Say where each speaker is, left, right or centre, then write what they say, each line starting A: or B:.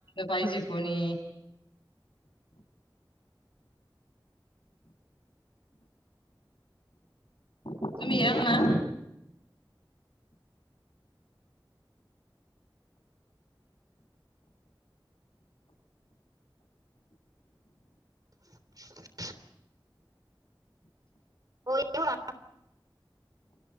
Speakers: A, on the left (about 80°); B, on the right (about 45°).
A: पाहिजे कोणी तुम्ही याल ना
B: <inaudible> हो येव